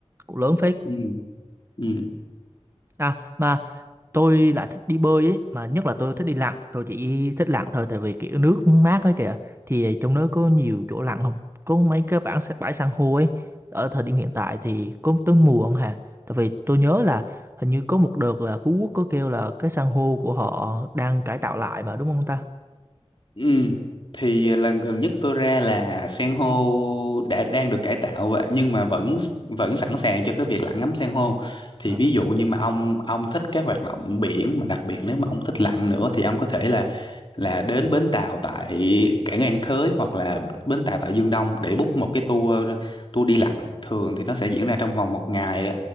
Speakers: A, on the right; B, on the left.
A: cũng lớn phết
B: ừ ừ
A: à mà tôi lại thích đi bơi ấy mà nhất là tôi thích đi lặn tôi chỉ thích lặn thôi tại vì kiểu nước mát ấy kìa thì trong đó có nhiều chỗ lặn không có mấy cái bãi bãi san hô ấy ở thời điểm hiện tại thì có tới mùa không hà tại vì tôi nhớ là hình như có một đợt là Phú Quốc có kêu là cái san hô của họ đang cải tạo lại mà đúng không ta
B: Ừ, thì lần gần nhất tôi ra là san hô đã đang được cải tạo và nhưng mà vẫn vẫn sẵn sàng cho cái việc lặn ngắm san hô. Thì
A: Ờ.
B: ví dụ như mà ông ông thích cái hoạt động biển mà đặc biệt nếu mà ông thích lặn nữa thì ông có thể là là đến bến tàu tại cảng An Thới hoặc là bến tàu tại Dương Đông để book một cái tour tour đi lặn thường thì nó sẽ diễn ra trong vòng một ngày đó.